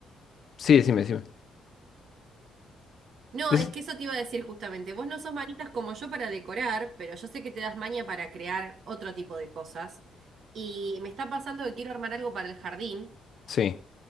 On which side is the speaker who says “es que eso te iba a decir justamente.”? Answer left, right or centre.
Right